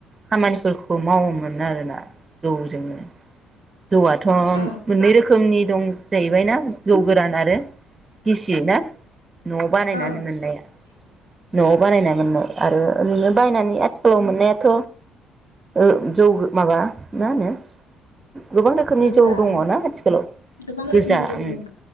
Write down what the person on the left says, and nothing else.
औ
औ
गोजा
होनो
गोबां
रोखोमनि जौ
दङ